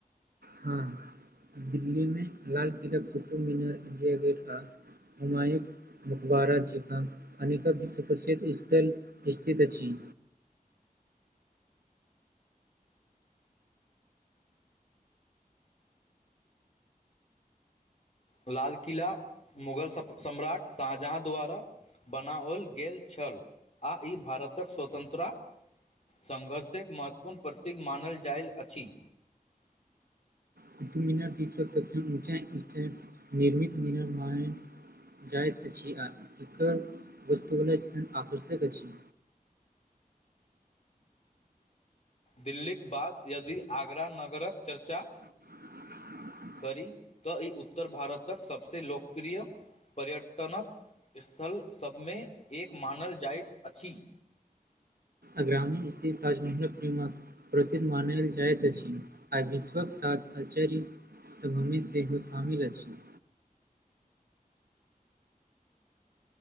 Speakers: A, on the right; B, on the left.
A: हँ। दिल्ली मे लाल किला कुतम मीनार इंडिया गेट आ हुमायू मुकबारा जेकाँ अनेक <unintelligible> स्थल स्थित अछि।
B: लाल किला मुगल सप-सम्राट शाहजहाँ द्वारा बनाओल गेल छल। आ ई भारतक स्वतंत्रा संघर्षक महत्वपूर्ण प्रतीक मानल जाइल अछि।
A: कुतुब मिनार दिसक सबससबसे ऊँचा स्थित निर्मित मिनर म जाइत अछि इकर वस्तु <unintelligible> आकर्षक अछि।
B: दिल्लीक बाद यदि आगरा नगरक चर्चा
A: <inaudible>
B: करी तऽ ई उत्तर भारतक सबसँ लोकप्रिय पर्यटनक स्थल सभमे एक मानल जाइत अछि।
A: आग्रामी स्थित ताजमहलक फिलिमक प्रती मानल जाइत अछि। आ विश्वक साथ आचार सबमे सेहो शामिल अछि।